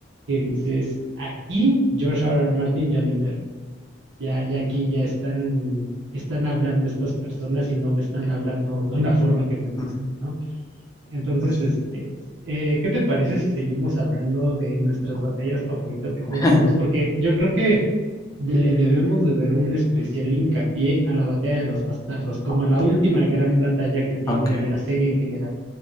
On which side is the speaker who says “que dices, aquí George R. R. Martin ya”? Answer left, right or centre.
Right